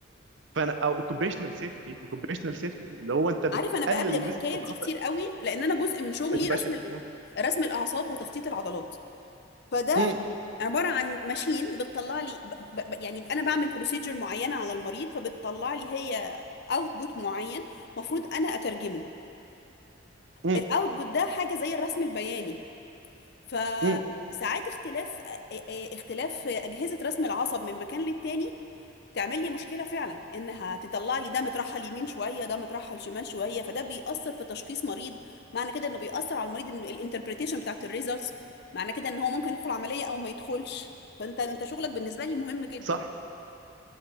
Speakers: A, on the right; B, on the left.
A: فانا او اوكوبيشنال سيفتي اوكوبيشنال سيفتي اللي هو انت بتقلل
B: عارف انا بقابل الحكايه
A: نسبه الخطا
B: دي كتير قوي لان انا جزء من شغلي
A: البشري
B: رسم ال...
A: م-
B: رسم الاعصاب وتخطيط العضلات فده
A: م-
B: عباره عن ماشين بتطلع لي ب... ب... ب- يعني انا بعمل بروسيجر معينه على المريض فبتطلع لي هي اوتبوت معين مفروض انا اترجمه
A: م-
B: الاوتبوت ده حاجه زي الرسم البياني فساعات
A: م.
B: اختلاف آه، آه، اختلاف أجهزة رسم العصب من مكان للتاني تعمل لي مشكلة فعلا انها تطلع لي ده مترحل يمين شوية ده مترحل شمال شوية فده بيأثر في تشخيص مريض معنى كده انه بيأثر على المريض ان الانتربريتيشن بتاعت الريزلتس معنى كده ان هو ممكن يدخل عملية او ما يدخلش فانت انت شغلك بالنسبة لي مهم جدا
A: صح